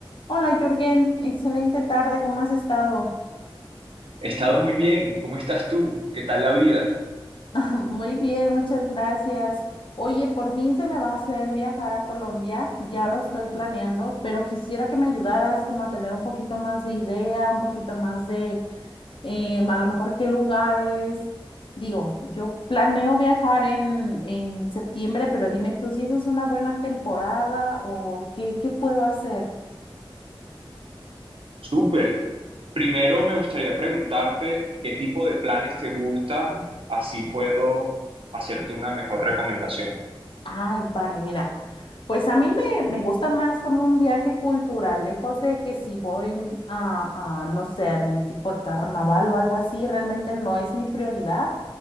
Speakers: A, on the left; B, on the right.
A: Hola Jürgen, excelente tarde, ¿cómo has estado?
B: He estado muy bien. ¿Cómo estás tú? ¿Qué tal la vida?
A: <laughs> Muy bien, muchas gracias. Oye, por fin se me va a hacer viajar a Colombia, ya lo estoy planeando, pero quisiera que me ayudaras como a tener un poquito más de idea, un poquito más de em, a lo mejor qué lugares. Digo, yo planeo viajar en, en septiembre, pero dime tú si esa es una buena temporada o qué, qué puedo hacer.
B: Súper. Primero me gustaría preguntarte qué tipo de planes te gustan, así puedo hacerte una mejor recomendación.
A: Ay, vale, mira. Pues a mí me, me gusta más como un viaje cultural, lejos de que si voy a, a, no sé, algún tipo de carnaval o algo así, realmente no es mi prioridad.